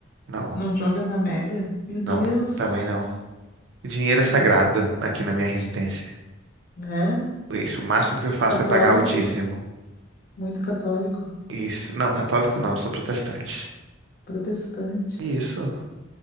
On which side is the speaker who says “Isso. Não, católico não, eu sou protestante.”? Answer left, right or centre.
Right